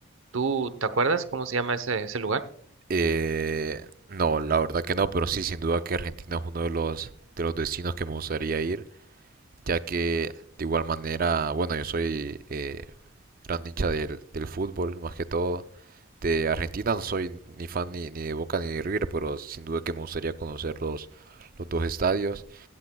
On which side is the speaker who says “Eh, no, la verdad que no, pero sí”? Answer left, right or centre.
Right